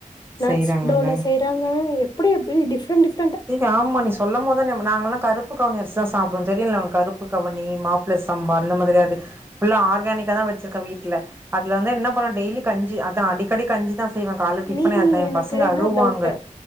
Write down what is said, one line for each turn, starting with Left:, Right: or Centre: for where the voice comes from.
Left: நட்ஸ்
Right: செய்றாங்கல்ல
Left: டோல செய்யறாங்க எப்டி எப்டி டிஃப்ரெண்ட் டிஃப்
Right: து ஆமா நீசொ சொல்லம் போதா ஞாப நாங்கல்லா கருப்பு கவனி அரிசிதா சாப்டுவோ தெரியுல ஒனக்கு கருப்பு கவுனி மாப்ள சம்பா அந்த மாதிரியாது ஃபுல்லா ஆர்கானிக்கா தா வச்சிருக்கன் வீட்டுல அதுல வந்து என்ன பண்ணு டெய்லி கஞ்சி அதா அடிக்கடி கஞ்சி தா செய்வே கால்ல டிஃபனே
Left: நீ
Right: அதா எ
Left: எனக்கு
Right: பசங்க
Left: இன்னொரு
Right: அழுவாங்க
Left: டவுட்டு